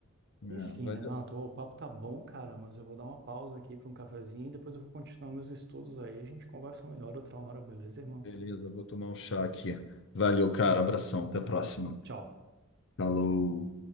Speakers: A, on the left; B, on the right.
A: é,
B: Enfim,
A: vai
B: Renato,
A: dar-
B: ô, o papo tá bom, cara, mas eu vou dar uma pausa aqui para um cafezinho e depois eu vou continuar meus estudos aí. A gente conversa melhor outra hora, beleza, irmão?
A: Beleza, vou tomar um chá aqui. Valeu, cara, abração, até a próxima.
B: Tchau.
A: Falou.